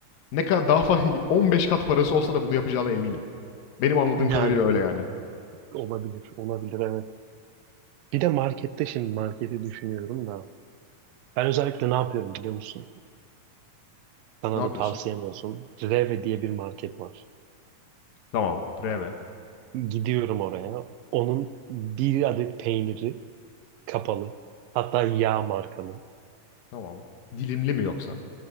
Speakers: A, on the left (about 75°); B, on the right (about 80°).
A: Ne kadar daha fa- <laughs> 15 kat parası olsa da bunu yapacağına eminim. Benim anladığım
B: Yani
A: kadarıyla öyle yani.
B: olabilir, olabilir evet. Bir de markette şimdi marketi düşünüyorum da. Ben özellikle ne yapıyorum biliyor musun? Sana
A: Ne yapıyorsun?
B: da tavsiyem olsun. Reve diye bir market var.
A: Tamam. Preve.
B: Gidiyorum oraya. Onun bir adet peyniri kapalı. Hatta yağ markalı.
A: Tamam. Dilimli mi yoksa?